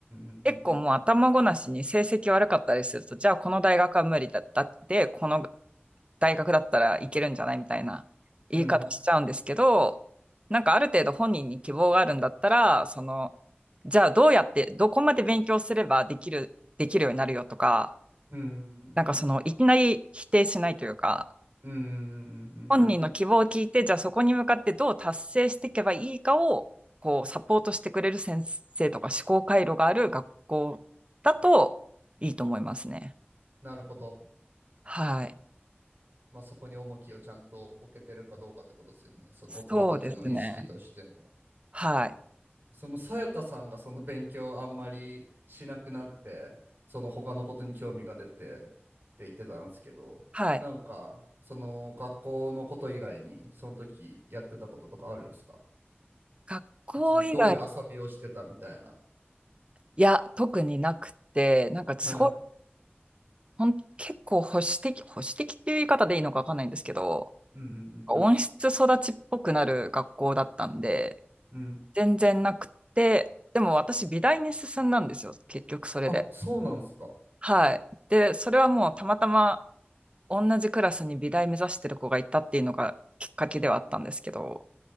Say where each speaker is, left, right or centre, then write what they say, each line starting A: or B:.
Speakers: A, on the right (about 45°); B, on the right (about 25°).
A: んうん
B: 結構もう頭ごなしに成績悪かったりすると、じゃあこの大学は無理だったって、この大学だったらいけるんじゃないみたいな言い方しちゃうんですけど、
A: うん
B: なんかある程度本人に希望があるんだったら、その、じゃあどうやって、どこまで勉強すればできる、できるようになるよとか、
A: うんう
B: なんかその、
A: ん
B: いきなり否定しないというか、
A: うんうんうんうんうんうんうん
B: 本人の希望を聞いて、じゃあそこに向かってどう達成していけばいいかを、こう、サポートしてくれる先生とか思考回路がある学校だといいと思いますね。
A: なるほど。
B: はい。
A: まあそこに重きをちゃんと置けてるかどうかってことですよね。その大人たちの意識としても。
B: そうですね。はい。
A: そのさやかさんがその勉強をあんまりしなくなって、その他のことに興味が出てって言ってたんですけど、
B: はい。
A: なんかその学校のこと以外にその時やってたこととかあるんですか
B: 学校以外、
A: 普通にどういう遊びをしてたみたいな。
B: いや、特になくて、なんかすごい、
A: はい。
B: ほん、結構保守的、保守的っていう言い方でいいのかわかんないんですけど、
A: うんうんうんうん
B: 温室育ちっぽくなる学校だったんで、
A: うん。
B: 全然なくて、でも私美大に進んだんですよ、結局それで。
A: あ、そうなんですか。
B: はい。で、それはもうたまたま同じクラスに美大目指してる子がいたっていうのがきっかけではあったんですけど、